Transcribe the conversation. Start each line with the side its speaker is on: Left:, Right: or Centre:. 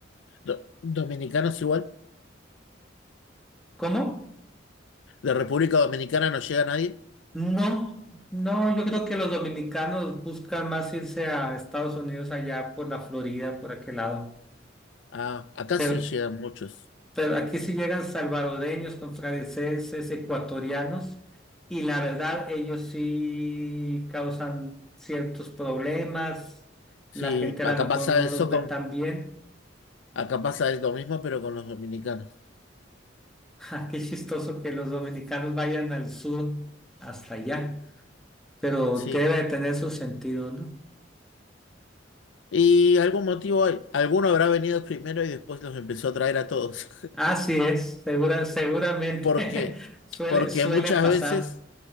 Left: do- dominicanos igual.
Centre: ¿Cómo?
Left: De República Dominicana no llega nadie.
Centre: No, no, yo creo que los dominicanos buscan más irse a Estados Unidos allá por la Florida, por aquel lado.
Left: Ah, acá
Centre: Pero,
Left: sí llegan muchos.
Centre: pero aquí sí llegan salvadoreños, costarricenses, ecuatorianos, y la verdad ellos sí causan ciertos problemas.
Left: Sí,
Centre: La gente a
Left: acá
Centre: lo mejor
Left: pasa
Centre: no
Left: eso
Centre: los ve
Left: con,
Centre: tan bien. <laughs>
Left: acá pasa lo mismo, pero con los dominicanos.
Centre: Ja, qué chistoso que los dominicanos vayan al sur hasta allá, pero
Left: Sí.
Centre: debe de tener su sentido, ¿no?
Left: Y algún motivo hay. Alguno habrá venido primero y después los empezó a traer a todos.
Centre: Así es, segura, seguramente
Left: Porque,
Centre: <laughs> suele,
Left: porque
Centre: suele
Left: muchas
Centre: pasar.
Left: veces,